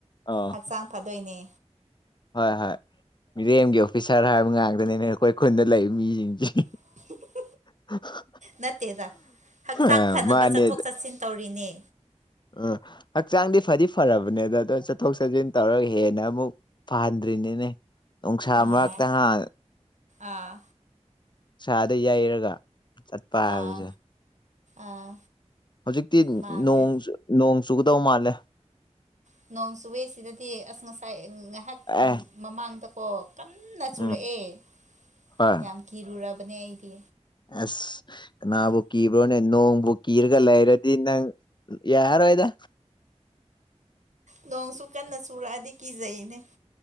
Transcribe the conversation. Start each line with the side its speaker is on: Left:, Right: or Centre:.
Left: ꯑꯥ
Right: ꯍꯛꯆꯥꯡ ꯐꯗꯣꯏꯅꯦ
Left: ꯍꯣꯏ ꯍꯣꯏ ꯃꯤꯔꯦꯝꯒꯤ ꯑꯣꯐꯤꯁꯥꯔ ꯍꯥꯏꯕ ꯉꯥꯡꯇꯅꯤꯅꯦ ꯑꯩꯈꯣꯏ ꯈꯨꯟꯗ ꯂꯩꯕ ꯃꯤꯁꯤꯡꯁꯦ
Right: <unintelligible>
Left: <unintelligible>
Right: ꯅꯠꯇꯦꯗ ꯍꯛꯆꯥꯡ
Left: ꯑ
Right: ꯐꯅꯕ
Left: ꯃꯥꯅꯦ
Right: ꯆꯠꯊꯣꯛ ꯆꯠꯁꯤꯟ ꯇꯧꯔꯤꯅꯦ
Left: ꯑ ꯍꯛꯆꯥꯡꯗꯤ ꯐꯗꯤ ꯐꯔꯕꯅꯦ ꯑꯗ ꯑꯗꯣ ꯆꯠꯊꯣꯛ ꯆꯠꯁꯤꯟ ꯇꯧꯔꯒ ꯍꯦꯟꯅ ꯑꯃꯨꯛ ꯐꯍꯟꯗ꯭ꯔꯤꯅꯤꯅꯦ ꯅꯨꯡꯁꯥ
Right: ꯑꯥ
Left: ꯃꯔꯛꯇꯥꯟ
Right: ꯑꯥ
Left: ꯁꯥꯥꯗ ꯌꯩꯔꯒ ꯆꯠꯄ ꯍꯥꯏꯕꯁꯦ
Right: ꯑꯥ ꯑꯥ
Left: ꯍꯧꯖꯤꯛꯇꯤꯣꯡ
Right: ꯃꯥꯅꯦ
Left: ꯅꯣꯡ ꯆꯨꯒꯗꯧ ꯃꯥꯜꯂꯦ
Right: ꯅꯣꯡ ꯆꯨꯋꯦꯁꯤꯗꯗꯤ ꯑꯁ ꯉꯁꯥꯏ ꯉꯥꯏꯍꯥꯛ
Left: ꯑꯦ
Right: ꯃꯃꯥꯡꯗ ꯀꯟꯅ ꯆꯨꯔꯛꯑꯦ
Left: ꯎꯝ ꯍꯣꯏ
Right: ꯌꯥꯝ ꯀꯤꯔꯨꯔꯕꯅꯦ ꯑꯩꯗꯤ
Left: ꯑꯁ ꯀꯅꯥꯕꯨ ꯀꯤꯕ꯭ꯔꯣꯅꯦ ꯅꯣꯡꯕꯨ ꯀꯤꯔꯒ ꯂꯩꯔꯗꯤ ꯅꯪ ꯌꯥꯔ ꯑꯣꯏꯗ
Right: ꯅꯣꯡꯁꯨ ꯀꯟꯅ ꯆꯨꯔꯛꯑꯗꯤ ꯀꯤꯖꯩꯅꯦ